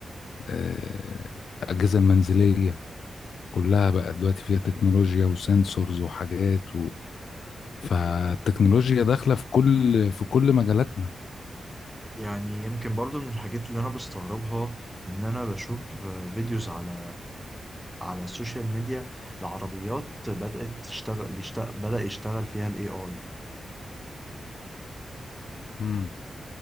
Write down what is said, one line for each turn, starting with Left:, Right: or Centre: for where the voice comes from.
Left: آه، الأجهزة المنزلية كلها بقى دلوقتي فيها تكنولوجيا وسنسورز وحاجات و... فالتكنولوجيا داخلة في كل في كل مجالاتنا
Centre: يعني يمكن برضو من الحاجات اللي انا بستغربها ان انا بشوف آه، فيديوز على على السوشيال ميديا لعربيات بدأت تشتغل بيشتغل بدأ يشتغل فيها الاي اي
Left: مم.